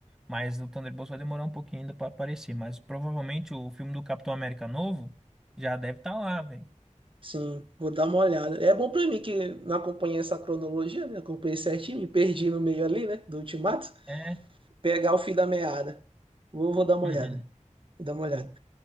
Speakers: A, in the centre; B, on the right.
A: Mas o Thunderbolts vai demorar um pouquinho ainda pra aparecer, mas provavelmente o filme do Capitão América novo já deve estar lá, velho.
B: Sim, vou dar uma olhada. É bom pra mim que não acompanhei essa cronologia, né? Acompanhei certinho, me perdi no meio ali, né? Do Ultimato.
A: É.
B: pegar o fim da meada. Vou, vou dar uma
A: <laughs>
B: olhada. Vou dar uma olhada.